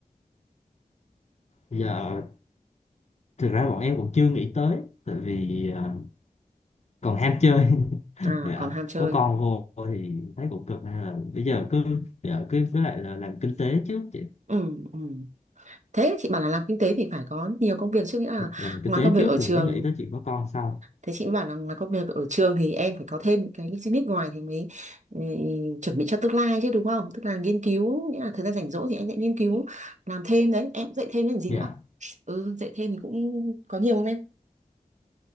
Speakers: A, on the left; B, on the right.
A: dạ thực ra bọn em cũng chưa nghĩ tới tại vì ờ, còn ham chơi <laughs>
B: à
A: dạ
B: còn ham chơi
A: có con vô thì thấy cũng cực nên là bây giờ cứ dạ cứ với lại là làm kinh tế trước chị
B: ừ, ừ. thế chị bảo là làm kinh tế thì phải có nhiều công việc chứ nghĩa là
A: Dạ, làm kinh
B: ngoài
A: tế
B: công việc
A: trước
B: ở trường
A: rồi mới nghĩ tới chuyện có con sau
B: thế chị mới bảo là ngoài công việc ở trường thì em phải có thêm cái business ngoài thì mới ừ, chuẩn bị cho tương lai chứ đúng không tức là nghiên cứu nghĩa là thời gian rảnh rỗi thì em sẽ nghiên cứu làm thêm đấy em cũng dạy thêm làm gì
A: dạ
B: nữa ừ dạy thêm thì cũng có nhiều không em